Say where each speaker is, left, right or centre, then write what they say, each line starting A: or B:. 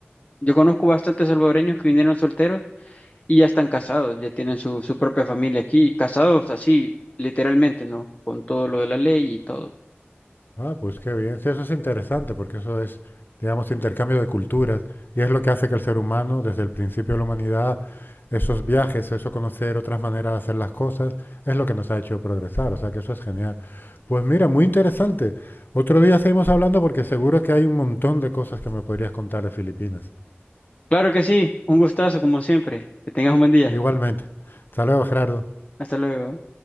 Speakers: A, on the left; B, on the left.
A: yo conozco bastantes salvadoreños que vinieron solteros y ya están casados, ya tienen su, su propia familia aquí, casados así, literalmente, ¿no? Con todo lo de la ley y todo.
B: Ah, pues qué bien. Sí, eso es interesante porque eso es, digamos, intercambio de culturas y es lo que hace que el ser humano, desde el principio de la humanidad, esos viajes, eso conocer otras maneras de hacer las cosas, es lo que nos ha hecho progresar. O sea que eso es genial. Pues mira, muy interesante. Otro día seguimos hablando porque seguro que hay un montón de cosas que me podrías contar de Filipinas.
A: Claro que sí, un gustazo como siempre. Que tengas un buen día.
B: Igualmente. Hasta luego, Gerardo.
A: Hasta luego.